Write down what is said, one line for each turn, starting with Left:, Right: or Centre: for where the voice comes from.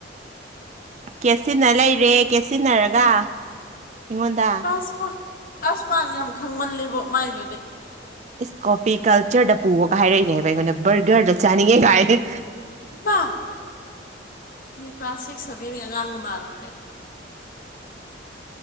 Right: ꯀꯦꯠꯁꯤꯟꯅ ꯂꯩꯔꯦ ꯀꯦꯠꯁꯤꯟꯅꯔꯒ ꯑꯩꯉꯣꯟꯗ
Left: ꯑꯁ ꯃꯥ ꯑꯁ ꯃꯏꯗꯣ ꯌꯥꯝ ꯈꯪꯃꯜꯂꯦꯕꯨ ꯃꯥꯏꯗꯨꯗꯤ
Right: ꯏꯁ ꯀꯣꯐꯤ ꯀꯜꯆꯔꯗ ꯄꯨꯑꯣꯀꯥ ꯍꯥꯏꯔꯛꯏꯅꯦꯕ ꯑꯩꯉꯣꯟꯗ ꯕꯔꯒꯔꯗ ꯆꯥꯅꯤꯡꯉꯦ ꯀꯥꯏ
Left: ꯕ ꯁꯤ ꯀ꯭ꯂꯥꯁ ꯁꯤꯛꯁ ꯁꯚꯦꯟꯒꯤ ꯑꯉꯥꯡꯒ ꯃꯥꯜꯂꯨꯔꯦ